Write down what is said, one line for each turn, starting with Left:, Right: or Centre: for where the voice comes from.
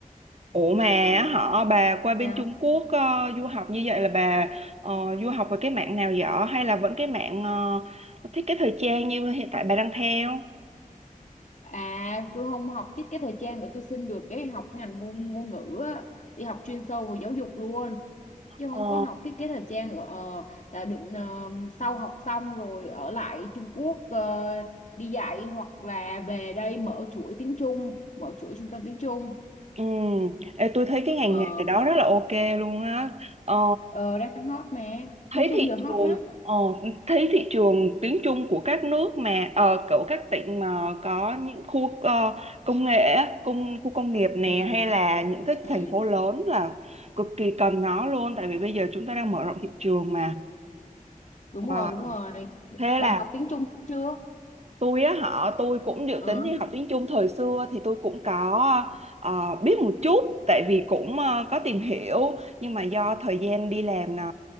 Right: Ủa mà
Left: ừ
Right: họ bà qua bên
Left: sao
Right: Trung Quốc ờ, du học như vậy là bà ờ, du học về cái mạng nào dở hay là vẫn cái mạng ờ, thiết kế thời trang như hiện tại bà đang theo?
Left: à tôi không học thiết kế thời trang nữa tôi xin được cái học ngành ngôn ngôn ngữ á, đi học chuyên sâu về giáo dục luôn chứ không
Right: Ồ.
Left: có học thiết kế thời trang nữa ờ, là định ờ, sau học xong rồi ở lại Trung Quốc ờ, đi dạy hoặc là về đây mở chuỗi tiếng Trung mở chuỗi trung tâm tiếng Trung
Right: Ừ. Ê, tôi thấy cái ngành
Left: ờ,
Right: nghề đó rất là ok luôn á. Ờ,
Left: ờ đang hot mà tiếng
Right: thấy
Left: Trung
Right: thị
Left: giờ hot
Right: trường
Left: lắm
Right: ờ, thấy thị trường tiếng Trung của các nước mà ở kiểu các tỉnh mà có những khu ờ, công nghệ á, công khu công nghiệp nè
Left: ừ
Right: hay là những cái
Left: ừ
Right: thành phố lớn là cực kỳ cần nó luôn tại vì bây giờ chúng ta đang mở rộng thị trường mà
Left: đúng
Right: Wow.
Left: rồi đúng rồi
Right: thế
Left: bà
Right: là
Left: học tiếng Trung chưa
Right: tôi á họ tôi cũng dự
Left: ờ
Right: tính đi học tiếng Trung thời xưa thì tôi cũng có ờ, biết một chút tại vì cũng ờ, có tìm hiểu nhưng mà do thời gian đi làm nó